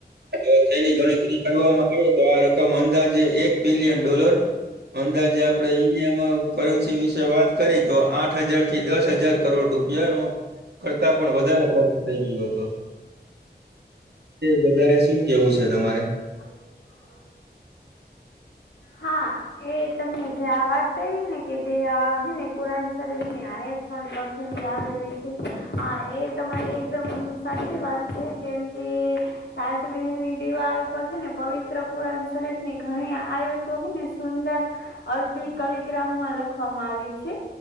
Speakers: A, on the right; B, on the left.
A: જો તેની ગણતરી કરવામાં આવે તો આ રકમ અંદાજે એક બિલિયન ડોલર અંદાજે આપણે ઈન્ડિયામાં કરન્સી વિશે વાત કરી તો આઠ હજાર થી દસ હજાર કરોડ રૂપિયા નો કરતા પણ વધારે ખર્ચ થઈ ગયો હતો વધારે શું કેવું છે તમારે
B: બ <unintelligible> હા એ તમે જે આ વાત કરી ને કે તે હેને કુરાન શરીફ ની પણ લખેલી આવેલી છે હા એ તમારી એકદમ સાચી વાત છે. કેમ ત સમે હ દીવા ઉપર હને પવિત્ર પુરા શરીર ની ઘણી આયુતો હોય ને સુંદર અરપી કલીિગ્રામ માં લખવામાં આવી છે.